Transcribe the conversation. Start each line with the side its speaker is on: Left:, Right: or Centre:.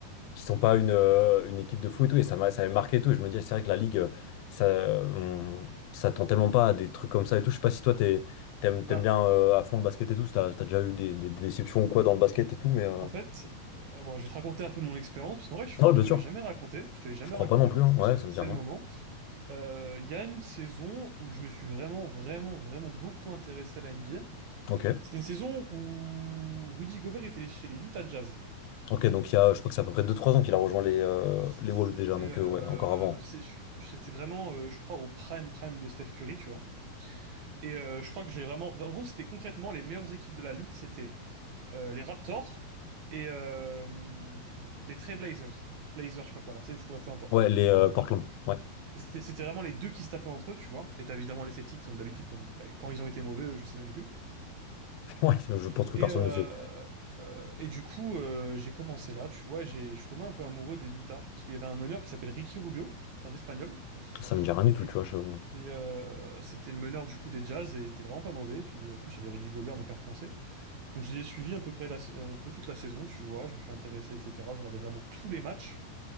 Left: qui sont pas une, euh, une équipe de foot et tout, et ça m'a, ça m'avait marqué et tout. Et je me dis, c'est vrai que la Ligue, euh, ça, on- ça tend tellement pas à des trucs comme ça et tout. Je sais pas si toi, t'es, t'aimes, t'aimes
Right: Bah,
Left: bien euh, à fond le basket et tout, si t'as, si t'as déjà eu des, des- des déceptions ou quoi dans le basket et tout, mais... Euh...
Right: en fait, euh, bon, je vais te raconter un peu mon expérience, parce qu'en vrai, je
Left: Non,
Right: crois
Left: bien
Right: que je
Left: sûr,
Right: te l'ai jamais raconté. Je te l'ai jamais
Left: je crois
Right: raconté,
Left: pas non plus,
Right: donc
Left: hein.
Right: du coup,
Left: Ouais,
Right: c'est
Left: ça me
Right: c'est
Left: dit rien.
Right: le moment. Euh, Il y a une saison où je me suis vraiment, vraiment, vraiment beaucoup intéressé à la NBA.
Left: Ok.
Right: C'était une saison où Rudy Gobert était chez les Utah Jazz.
Left: Ok, donc il y a, je crois que c'est à peu près deux trois ans qu'il a rejoint les, euh,
Right: Euh, c'est-
Left: les
Right: C'était
Left: Wolves déjà, donc
Right: euh,
Left: euh, ouais, encore avant.
Right: c'est- je- c'était vraiment, euh, je crois, au prime prime de Steph Curry, tu vois. Et euh, je crois que j'ai vraiment... En gros, c'était concrètement les meilleures équipes de la ligue. C'était euh, les Raptors et euh, les Trail Blazers. Blazers, je sais pas quoi là, tu sais, je pourrais peu importe.
Left: Ouais, les euh, Portland, ouais.
Right: C'était c'était vraiment les deux qui se tapaient entre eux, tu vois. Et t'as évidemment les Celtics comme d'habitude, donc, ouais, quand ils ont été mauvais, eux, je sais même plus.
Left: <laughs> Ouais, je pense que
Right: Et,
Left: personne
Right: euh,
Left: ne sait.
Right: euh, et du coup, euh, j'ai commencé là, tu vois, j'ai, je suis tombé un peu amoureux des Utah, parce qu'il y avait un meneur qui s'appelle Ricky Rubio, c'est un Espagnol,
Left: Ça me dit rien du tout,
Right: qui
Left: tu vois. je-
Right: était, euh, c'était le meneur du coup des Jazz, et il était vraiment pas mauvais. Puis en plus, il y avait Rudy Gobert, donc un Français. Donc j'ai suivi à peu près la- un peu toute la saison, tu vois, je me suis intéressé, etc. Je regardais vraiment tous les matchs.